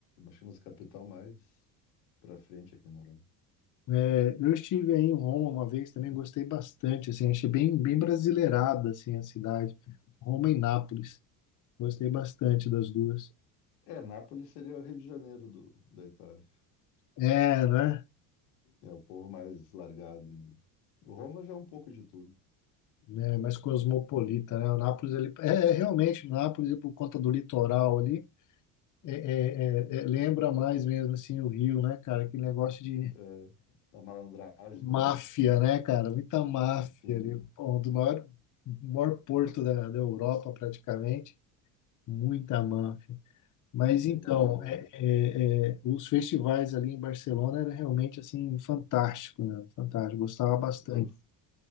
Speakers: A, on the left (about 90°); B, on the left (about 45°).
A: que é uma das capital mais pra frente aqui na Europa.
B: é, eu estive aí em Roma uma vez também, gostei bastante, assim, achei bem, bem brasileirada, assim, a cidade. Roma e Nápoles, gostei bastante das duas.
A: É, Nápoles seria o Rio de Janeiro do, da Itália.
B: É, né?
A: É o povo mais largado, né? O Roma já é um pouco de tudo.
B: né, mais cosmopolita, né? O Nápoles, ele, é, é, realmente, o Nápoles, por conta do litoral ali, é, é, é, é, lembra mais mesmo, assim, o Rio, né, cara? Aquele negócio de
A: É, a malandragem
B: máfia,
A: também.
B: né, cara? Muita máfia
A: Sim,
B: ali, pô, um do maior, maior porto da, da Europa, praticamente, muita máfia. Mas
A: tem
B: então,
A: malandragem.
B: é, é, é, os festivais ali em Barcelona era realmente assim fantástico, né? Fantástico, gostava bastante.
A: Eu,